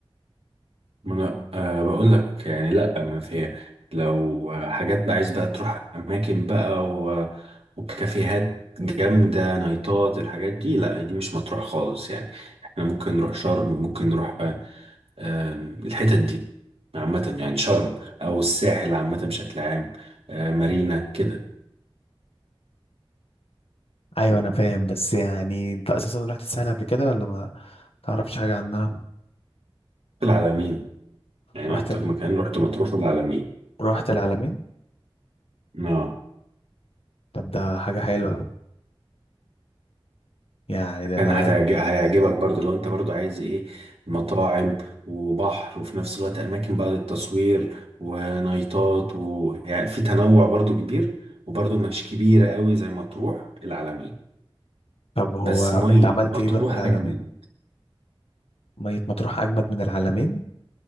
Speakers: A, on the right; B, on the left.
A: ما انا أه بقول لك يعني لا ما في لو حاجات بقى عايز بقى تروح اماكن بقى و... وكافيهات جامده نايتات الحاجات دي لا دي مش مطروح خالص يعني احنا ممكن نروح شرم ممكن نروح آه، آم، الحتت دي عامه يعني شرم او الساحل عامه بشكل عام آه، مارينا كده
B: ايوه انا فاهم بس يعني انت اساسا رحت الساحل قبل كده ولا ما تعرفش حاجه عنها
A: العلمين يعني
B: رحت
A: اكتر مكان رحت مطروح العلمين
B: رحت العلمين
A: اه
B: طب ده حاجه حلوه يعني ده
A: كان
B: انا
A: هتعج- هيعجبك برضو لو انت برضو عايز ايه مطاعم وبحر وفي نفس الوقت اماكن بقى للتصوير ونايتات ويعني في تنوع برضو كبير وبرضو مش كبيرة قوي زي مطروح العلمين
B: طب هو
A: بس
B: انت
A: مية
B: عملت
A: مطروح
B: ايه بقى في العلمين
A: اجمل
B: ميه مطروح اجمد من العلمين